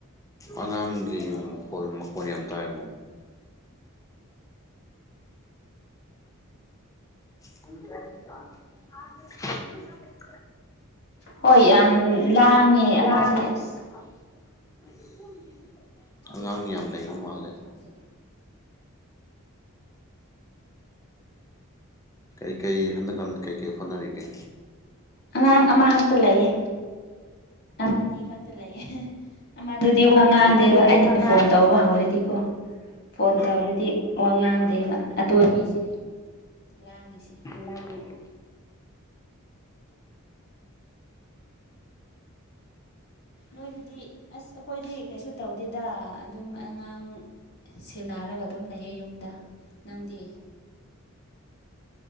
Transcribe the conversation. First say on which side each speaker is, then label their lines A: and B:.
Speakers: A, on the left; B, on the left.
A: ꯑꯉꯥꯡꯒꯤ
B: ꯂꯩꯇꯕꯅꯤꯅ
A: ꯃꯈꯣꯜ
B: ꯎꯄꯥꯏ
A: ꯃꯈꯣꯜ
B: ꯂꯩꯇꯦ
A: ꯌꯥꯝ ꯇꯥꯏꯑꯦꯀꯣ <unintelligible> <unintelligible>
B: ꯍꯣꯏ ꯌꯥꯝ ꯂꯥꯡꯉꯦ
A: ꯂꯥꯡ
B: ꯑꯃꯁꯦ ꯑꯁ
A: <unintelligible>
B: ꯑꯗꯨꯒꯤꯅꯦ
A: ꯑꯉꯥꯡ ꯌꯥꯝ
B: ꯑꯩ
A: ꯂꯩꯕ
B: ꯃꯄꯥꯟ
A: ꯃꯥꯜꯂꯦ
B: ꯊꯣꯛꯑꯦ ꯍꯧꯖꯤꯛ
A: ꯀꯩꯀꯩ ꯍꯟꯗꯛꯅ ꯀꯩꯀꯩ ꯍꯣꯠꯅꯔꯤꯒꯦ
B: ꯑꯉꯥꯡ ꯑꯃꯈꯛꯇ ꯂꯩꯌꯦ ꯑꯃ ꯑꯅꯤ ꯈꯛꯇ ꯂꯩꯌꯦ ꯑꯃꯗꯨꯗꯤ ꯋꯥ ꯉꯥꯡꯗꯦꯕ
A: ꯃꯗꯨꯗꯤ
B: ꯑꯩꯅ
A: ꯋꯥꯉꯥꯡ
B: ꯐꯣꯟ ꯇꯧ ꯋꯥꯍꯧꯔꯗꯤꯀꯣ ꯐꯣꯟ ꯇꯧꯔꯗꯤ ꯋꯥ ꯉꯥꯡꯗꯦꯕ ꯑꯇꯣꯟ ꯕꯤꯁꯤꯅꯤ ꯂꯥꯡꯉꯤꯁꯤ
A: ꯂꯥꯡꯉꯤ ꯇꯨ
B: ꯅꯣꯏꯗꯗꯤ ꯑꯁ ꯑꯩꯈꯣꯏꯗꯤ ꯀꯩꯁꯨ ꯇꯧꯗꯦꯗ ꯑꯗꯨꯝ ꯑꯉꯥꯡ ꯁꯦꯟꯅꯔꯒ ꯑꯗꯨꯝ ꯂꯩꯌꯦ ꯌꯨꯝꯗ ꯅꯪꯗꯤ